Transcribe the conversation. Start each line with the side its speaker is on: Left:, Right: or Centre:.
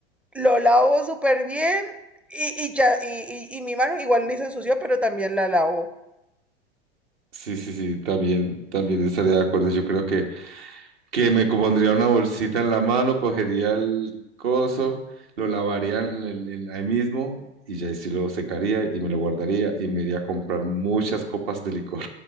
Centre: lo lavo súper bien y, y ya, y, y, y mi mano igual ni se ensució, pero también la lavo.
Right: sí, sí, sí, también, también estaría de acuerdo. Yo creo que, que me pondría una bolsita en la mano, cogería el coso, lo lavaría en el- en- ahí mismo y ya ahí sí lo secaría y me lo guardaría y me iría a comprar muchas copas de licor.